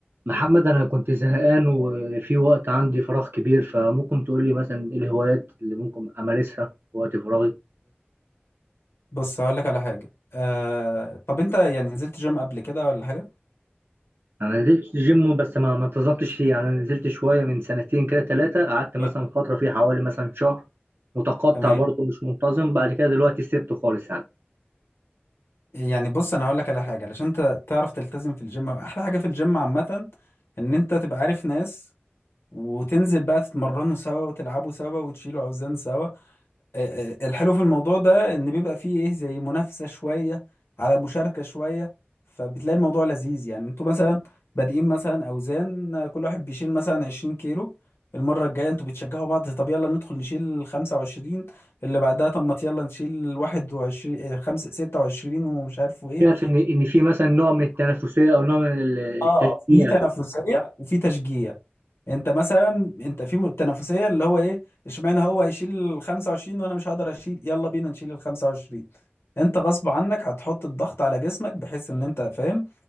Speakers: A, on the right (about 65°); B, on the left (about 80°).
A: محمد أنا كنت زهقان وفي وقت عندي فراغ كبير فممكن تقول لي مثلا إيه الهوايات اللي ممكن أمارسها في وقت فراغي؟
B: بص هقول لك على حاجة آه... طب انت يعني نزلت جيم قبل كده ولا حاجة
A: أنا نزلت جيم بس ما ما انتظمتش فيه يعني أنا نزلت شوية من سنتين كده ثلاثة قعدت مثلا
B: أيوة.
A: فترة فيه حوالي مثلا شهر متقطع
B: تمام
A: برضه مش منتظم بعد كده دلوقتي سبته خالص يعني
B: يعني بص انا هقول لك على حاجه علشان انت تعرف تلتزم في الجيم احلى حاجه في الجيم عامه ان انت تبقى عارف ناس وتنزل بقى تتمرنوا سوا وتلعبوا سوا وتشيلوا اوزان سوا آه، آه، الحلو في الموضوع ده ان بيبقى فيه ايه زي منافسة شوية على مشاركة شوية فبتلاقي الموضوع لذيذ يعني انتوا مثلا بادئين مثلا اوزان آه، كل واحد بيشيل مثلا 20 كيلو المرة الجاية انتوا بتشجعوا بعض طب يلا ندخل نشيل 25 اللي بعدها طب ما يلا نشيل 21 آه، خمسة 26 ومش عارف ايه
A: شايف إن إن في مثلا نوع من التنافسية أو نوع من التشجيع
B: اه في تنافسية
A: في
B: وفي تشجيع انت مثلا انت في م- تنافسيه اللي هو ايه اشمعنى هو هيشيل ال 25 وانا مش هقدر اشيل يلا بينا نشيل ال 25 انت غصب عنك هتحط الضغط على جسمك بحيث ان انت فاهم